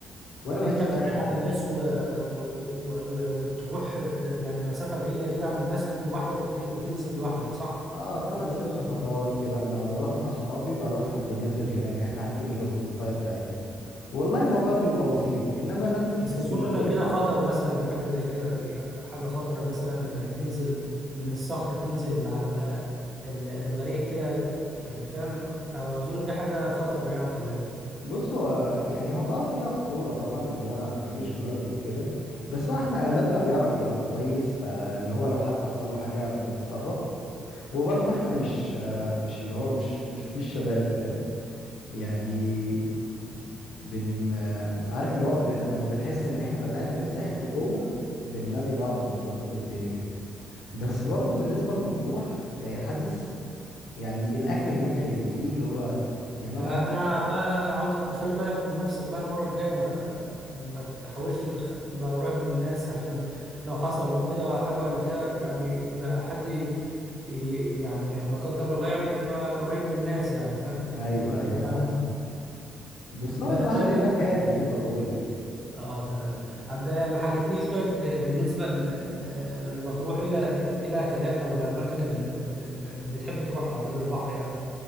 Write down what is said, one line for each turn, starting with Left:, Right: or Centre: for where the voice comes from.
Left: ولا
Right: يعني
Left: بحس
Right: انت بتبعد
Left: بأي حاجة
Right: عن الناس و... و... و... و... وتروح في يعني مسافه بعيده كده عن الناس ولوحدك وك... وتنزل لوحدك صح؟
Left: اه خمس
Right: لا لا لا.
Left: ست خطوات كده اما بروح مع اصحابي بروح بننزل هناك احنا عارفين الاسبوتاية بتاعتنا والله الموضوع بيبقى بسيط انما ننزل
Right: بس
Left: في اسكندرية
Right: اظن ان كده خطر مثلا حاجه زي كده دي حاجه خطره مثلا انك تنزل من الصخر تنزل على ال- الغريق كده يعني فاهم اظن دي حاجه خطر يعني ولا ايه
Left: بص هو يعني هو اه فيها خطورة طبعا اللي هو مفيش جارد وكده بس هو احنا اغلبنا بيعرف يعوم كويس فاللي هو لو حد حصل له حاجة بنتصرف وبرضه احنا مش آه مش اللي هو مش مش طيش شباب فاهم يعني بن آه، عارف اللي هو ب... اما بنحس ان احنا بدأنا نتسحب لجوه بننادي بعض ونظبط الدنيا بس برضو بالنسبة لمطروح آه، حاسس يعني الاكل هناك حلو فيه اللي هو يعني
Right: انا
Left: انا
Right: بقى عاوزك تخلي بالك من نفسك بقى المره الجايه ما ما تحاولش تخ- تبقى قريب من الناس عشان لو حصل كده حاجه ولا كده يعني تبقى حد ي- يعني لا قدر الله يعني تبقى قريب من الناس يعني فاهم
Left: ايوه
Right: ما تبعدش
Left: ايوه فاهمك
Right: عنهم
Left: بس
Right: ب-
Left: هو البحر
Right: طيب
Left: هناك هادي زي ما بقولك
Right: اه تمام عب ما حكتليش طيب ب- بالنسبه ل... ل... لمطروح الى الى اكلات او الاماكن ال- ال- اللي بتحب تروحها غير البحر يعني